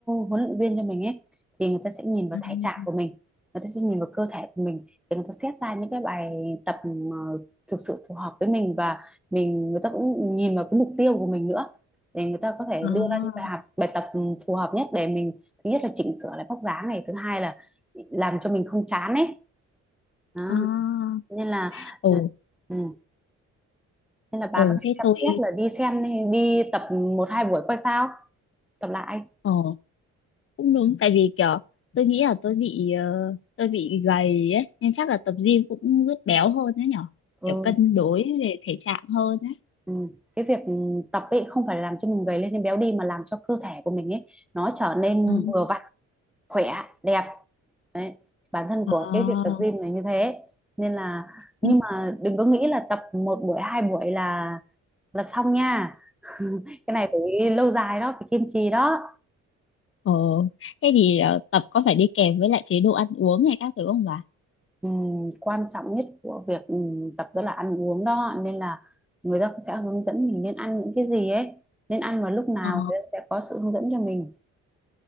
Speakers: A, in the centre; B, on the left (about 45°).
A: huấn luyện viên cho mình ấy thì người ta sẽ nhìn vào
B: À,
A: thể trạng của mình người ta sẽ nhìn vào cơ thể của mình để người ta xét ra những cái bài tập mà thực sự phù hợp với mình và mình người ta cũng nhìn vào cái mục tiêu của mình nữa để người ta có thể
B: à,
A: đưa ra những bài học bài tập phù hợp nhất để mình thứ nhất là chỉnh sửa lại vóc dáng này thứ hai là làm cho mình không chán ấy đó.
B: à.
A: nên là
B: Ồ,
A: ờ, ừ nên là bà
B: ồ
A: có thể
B: thế
A: xem
B: tôi
A: xét là đi xem đi tập một hai buổi coi sao tập lại
B: ồ cũng đúng tại vì kiểu tôi nghĩ là tôi bị ờ, tôi bị gầy ấy nên chắc là tập gym cũng giúp béo hơn đấy nhở
A: ừ,
B: Kiểu cân đối về thể trạng hơn đấy.
A: ừ. cái việc tập ấy không phải là làm cho mình gầy lên hay béo đi mà làm cho cơ thể của mình ấy nó trở nên
B: À,
A: vừa vặn khỏe đẹp đấy bản thân
B: à.
A: của cái việc tập gym này như thế nên là nhưng
B: Nhưng,
A: mà đừng có nghĩ là tập một buổi hai buổi là là xong nha <laughs> cái này phải lâu dài đó phải kiên trì đó
B: ồ thế thì ờ, tập có phải đi kèm với lại chế độ ăn uống hay các thứ không bà?
A: Ừm, quan trọng nhất của việc ừm, tập đó là ăn uống đó nên là người ta cũng sẽ hướng dẫn mình nên ăn những cái gì ấy nên ăn vào lúc nào
B: Ờ
A: người ta sẽ có sự hướng dẫn cho mình